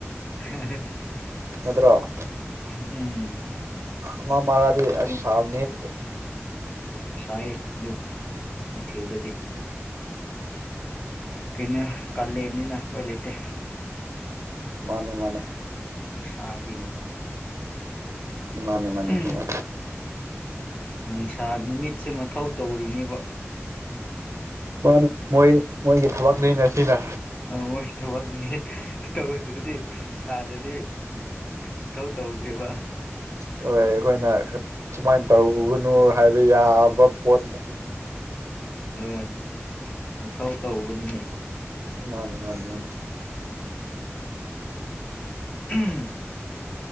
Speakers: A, on the left; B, on the right.
A: <unintelligible>
B: ꯅꯠꯇ꯭ꯔꯣ
A: ꯎꯝ
B: ꯑꯃ ꯃꯔꯥꯗꯤ ꯑꯁ
A: ꯑꯗꯨꯗꯝ
B: ꯁꯥꯕꯅꯤ
A: ꯁꯑꯌꯦ ꯑꯗꯨ ꯑꯗꯨꯝ ꯅꯤꯡꯊꯤꯜꯗꯗꯤ ꯀꯩꯅ ꯂꯦꯟꯅꯤꯅ ꯑꯩꯈꯣꯏ ꯂꯩꯇꯦ
B: ꯃꯥꯅꯦ ꯃꯥꯅꯦ
A: ꯅꯨꯡꯁꯥꯒꯤ
B: ꯃꯥꯅꯦ ꯃꯥꯅꯦ
A: ꯎ
B: ꯆꯨꯝꯃꯦ
A: ꯅꯨꯡꯁꯥ ꯅꯨꯃꯤꯠꯁꯦ ꯃꯊꯧ ꯇꯧꯔꯤꯅꯦꯕ
B: ꯃꯥꯅꯦ ꯃꯣꯏ ꯃꯣꯏꯒꯤ ꯊꯕꯛꯅꯤꯅ ꯁꯤꯅ
A: ꯑ ꯃꯣꯏ ꯊꯕꯛꯅꯤ ꯇꯧꯗ꯭ꯔꯗꯤ ꯁꯥꯗ꯭ꯔꯗꯤ ꯃꯊꯧ ꯇꯧꯗ꯭ꯦꯕ
B: ꯍꯣꯏ ꯑꯩꯈꯣꯏꯅ ꯁꯨꯃꯥꯏꯅ ꯇꯧꯒꯅꯨ ꯍꯥꯏꯕ ꯌꯥꯕ ꯄꯣꯠꯁꯦ
A: ꯍꯣꯏ ꯃꯊꯧ ꯇꯧꯕꯅꯤꯅꯦ
B: ꯃꯥꯅꯦ ꯃꯥꯅꯦ ꯃꯥꯅꯦ
A: ꯎꯝ